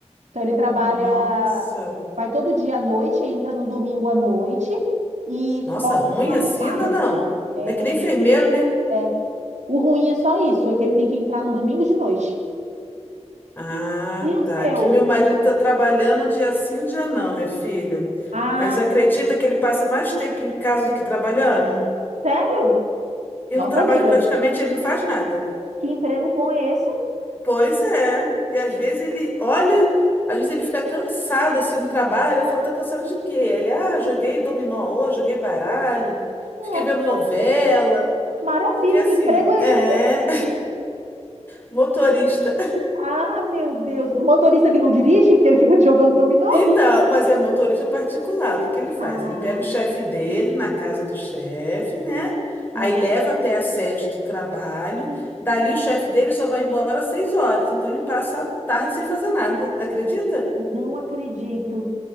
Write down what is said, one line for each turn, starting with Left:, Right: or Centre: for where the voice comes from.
Right: Então ele trabalha,
Left: nossa.
Right: vai todo dia à noite, entra no domingo à noite e
Left: Nossa,
Right: folga
Left: ruim
Right: só
Left: assim,
Right: no sábado.
Left: não, é não.
Right: É,
Left: É que
Right: amiga.
Left: nem enfermeiro, né?
Right: É. O ruim é só isso, é que ele tem que entrar no domingo de noite.
Left: Ah,
Right: E o
Left: tá.
Right: seu?
Left: Aqui meu marido tá trabalhando um dia sim, um dia não, minha filha.
Right: Ah,
Left: Mas acredita que ele passa mais tempo em casa do que trabalhando?
Right: sério?
Left: E
Right: Nossa,
Left: no trabalho
Right: amiga,
Left: praticamente ele não faz nada.
Right: que emprego bom é esse?
Left: Pois é. E às vezes ele olha, às vezes ele fica cansado assim no trabalho. Eu falo, tá cansado de quê? Ele, ah, joguei dominó hoje, joguei baralho,
Right: Nossa,
Left: fiquei vendo novela.
Right: maravilha,
Left: Porque assim,
Right: que emprego é
Left: é,
Right: esse?
Left: <laughs> motorista
Right: Ah, meu Deus. Motorista que não dirige, porque ele fica <laughs> jogando dominó?
Left: Então, mas é motorista particular. O que que ele faz?
Right: Ah,
Left: Ele pega o chefe dele na casa do chefe, né? Aí
Right: ah,
Left: leva até a sede do trabalho. Dali o chefe dele só vai embora às seis horas. Então ele passa a tarde sem fazer nada. Acredita?
Right: não acredito.